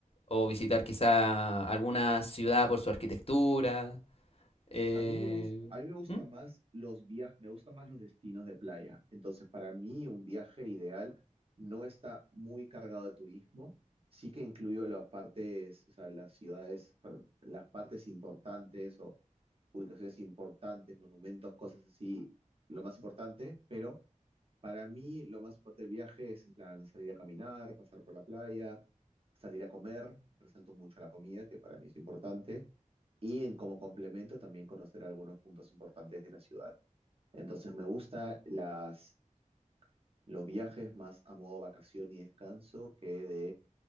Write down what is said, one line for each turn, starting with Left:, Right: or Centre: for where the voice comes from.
Left: o visitar quizá alguna ciudad por su arquitectura? Eh,
Right: A mí me gusta, a mí me gusta
Left: ¿mm?
Right: más los viajes, me gustan más los destinos de playa. Entonces, para mí un viaje ideal no está muy cargado de turismo, sí que incluyo las partes, o sea, las ciudades, perdón, las partes importantes o ubicaciones importantes, monumentos, cosas así, lo más importante, pero para mí lo más importante del viaje es en plan salir a caminar, pasar por la playa, salir a comer, resalto mucho la comida, que para mí es importante, y en como complemento también conocer algunos puntos importantes de la ciudad. Entonces me gusta las, los viajes más a modo vacación y descanso que de